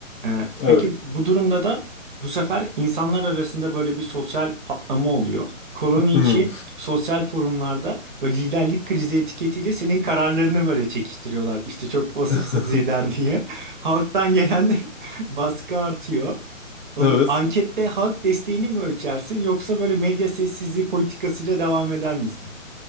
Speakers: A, on the right (about 40°); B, on the left (about 65°).
A: Ee,
B: evet.
A: peki bu durumda da bu sefer insanlar arasında böyle bir sosyal patlama oluyor. Koloni içi
B: Hı.
A: sosyal forumlarda böyle liderlik krizi etiketiyle senin kararlarını böyle çekiştiriyorlar. İşte çok vasıfsız
B: <laughs>
A: lider diye. <laughs> Halktan gelen <laughs> baskı artıyor. Onun-
B: Evet.
A: Ankette halk desteğini mi ölçersin yoksa böyle medya sessizliği politikasıyla devam eder misin?